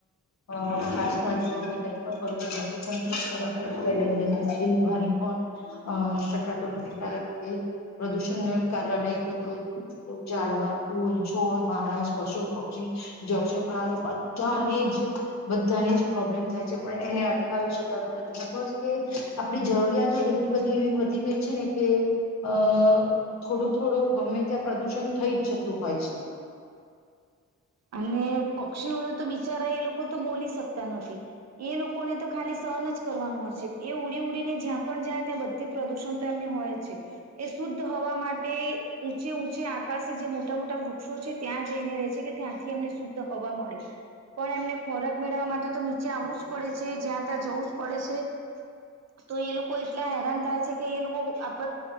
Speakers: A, on the left; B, on the right.
A: અ ખાસમાં જુઓ કે કઈ પણ કરો કે સરત ફેલાઈ જરી પણ અ શકાતો નથી કારણ કે પ્રદૂષણ ના કારણે તો જાડવા ફૂલ છોડ માણસ પશુ પક્ષી જ છે પણ બધાને જ બધાને જ પ્રોબ્લેમ થાય છે પણ એને અટકાવી શકાય બ કે આપડી જરૂરિયાતો જેટલી બધી એવી વધી ગઈ છે ને કે અ થોડું થોડું ગમે ત્યાં પ્રદુષણ થઈ જ જતું હોય છે
B: અને પક્ષીઓને તો બીજા બારા એ લોકો તો બોલી શકતા નથી એ લોકોને તો ખાલી સહન જ કરવાનું હશે એ ઉડી ઉડી જ્યાં પણ જાય ત્યાં બધે પ્રદૂષણ તો એમને હોય છે એ શુદ્ધ હવા માટે ઊંચે આકાશ જે મોટા મોટા વૃક્ષો છે ત્યાં જઈને રહે છે કે ત્યાં શુદ્ધ હોવા મળે પણ એમને ખોરાક મેળવવા માટે તો નીચે આવવું જ પડે છે જ્યાં ત્યાં જવું પડે છે તો એ લોકો એટલા હેરાન થાય છે કે એ લોકો આપ